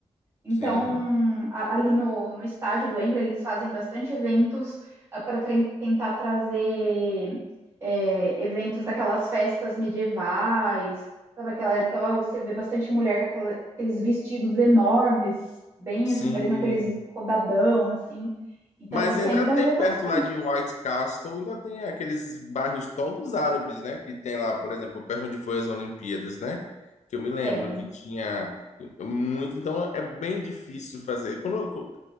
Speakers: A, on the right; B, on the left.
A: então,
B: Sim.
A: a- ali no, no estádio do Wembley, eles fazem bastante eventos para tentar trazer é, eventos daquelas festas medievais, sabe aquela, então você vê bastante mulher com aquela- aqueles vestidos enormes, bem
B: Sim.
A: assim, parecendo aqueles rodadão, assim. Então,
B: Mas
A: você
B: ainda
A: ainda
B: tem
A: vê bastante.
B: perto lá de White Castle, ainda tem aqueles bairros todos árabes, né? Que tem lá, por exemplo, perto onde foi as Olimpíadas, né? Que eu me lembro
A: Tem.
B: que tinha muito. Então é bem difícil fazer. Quando, eu-